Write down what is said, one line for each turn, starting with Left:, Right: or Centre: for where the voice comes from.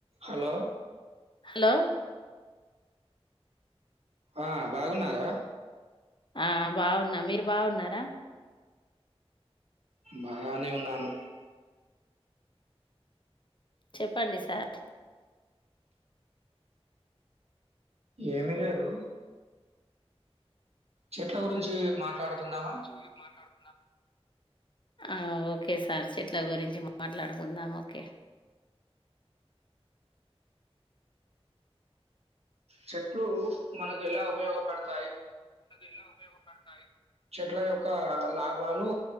Right: Hello
Left: hello
Right: ఆ బాగున్నారా
Left: ఆ బాగున్న మీరు బాగున్నారా
Right: బాగానే ఉన్నాను
Left: చెప్పండి సార్
Right: ఏమి లేదు చెట్ల గురించి మాట్లాడుకుందామా
Left: చెట్ల గురించి మాట్లాడు ఆ ఓకే సార్ చెట్ల గురించి మాట్లాడుకుందాం ఓకే
Right: చెట్లు మనకు ఎలా ఉపయోగపడతాయి
Left: ఎలా ఉపయోగపడతాయి
Right: చెట్ల యొక్క లాభ వాళ్ళు